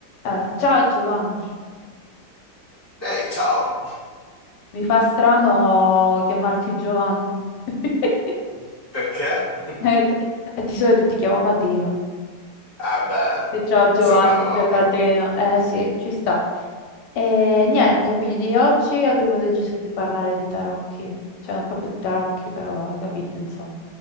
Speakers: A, on the left; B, on the right.
A: Eh, ciao Giovanni,
B: Ehi, ciao!
A: mi fa strano chiamarti Giovanni. <laughs>
B: <laughs> Perché? <laughs>
A: Eh, t- Di solito ti chiamo Patino.
B: Ah beh,
A: Sì, Ciao Giovanni,
B: i soprannomi.
A: c'è Patino. Eh sì, ci sta. E niente, quindi oggi abbiamo deciso di parlare di tarocchi. Cioè, non proprio di tarocchi, però hai capito, insomma.